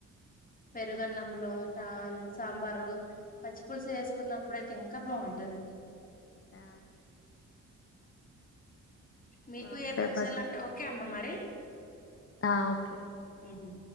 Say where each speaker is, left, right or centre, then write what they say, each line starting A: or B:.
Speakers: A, on the left; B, on the left.
A: పెరుగన్నంలో సాంబారు పచ్చిపుులుసు వేసుకున్నప్పుడు అయితే ఇంకా బాగుంటది
B: ఆ
A: మీకు
B: బాగుంటాయి
A: ఏ పచ్చాలంటే
B: పచ్చడి
A: ఓకే అమ్మ మరి
B: ఆ ఓకే
A: ఉమ్